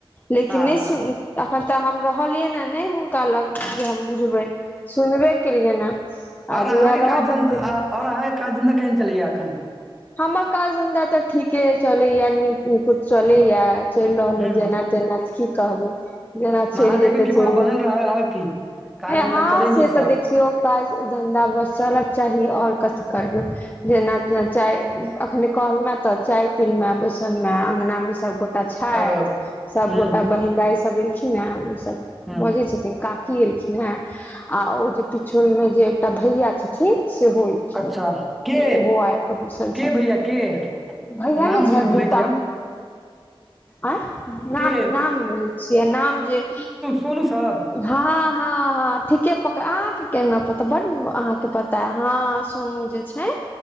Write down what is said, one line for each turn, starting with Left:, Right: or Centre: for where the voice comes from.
Left: लेकिन
Centre: हँ
Left: नहि सुन
Centre: हँ
Left: अखन तऽ हम रहलियै ने नहि हुनका लग जे हम बुझबै सुनबे केलियै ने
Centre: आओर
Left: आ जहिया
Centre: अहाँके
Left: रहबनि
Centre: काज धन्धा
Left: त
Centre: आओर अहाँके क धन्धा केह चलैा एखन
Left: हमर काज धन्धा तऽ ठीके चलैया नीक नुद चलैया चलि रहल
Centre: हूँ
Left: अछि जेना तेना की कहबै जेना
Centre: महादेव
Left: चलि जेतै
Centre: के कृपा
Left: चलि
Centre: बनल
Left: जेतै
Centre: रहै आओर की काज
Left: ह
Centre: धन्धा
Left: हँ
Centre: चलै
Left: से
Centre: नीक सँ
Left: तऽ देखियौ काज धंधा बस चलक चाही आओर कथि करब जेना तेना चाय अखने कहलमे तऽ चाय पी मे बसन मे अंगनाी सब त छथि
Centre: ओ
Left: सबगोटा
Centre: हूँ
Left: बहिनदाई सब एलखिन ओसभ
Centre: हूँ
Left: बजै छथिन काकी एलखिन ह ओ जे पिछल मे जे एकटा भैया छथिन सेहोखिन
Centre: अच्छा के
Left: ओहो आब कऽ बैसल
Centre: के
Left: छथि
Centre: भैया के
Left: भैय
Centre: नाम
Left: नहि
Centre: भूल
Left: छथि
Centre: भूलै
Left: दूटा
Centre: छियै हम
Left: आ नाम
Centre: के
Left: नाम बुझैछियै नाम जे
Centre: सोनु सब
Left: हँ हँ हँ ठीके प अहा के केना पता बड़ अहाँके पता हँ सोनू जे छै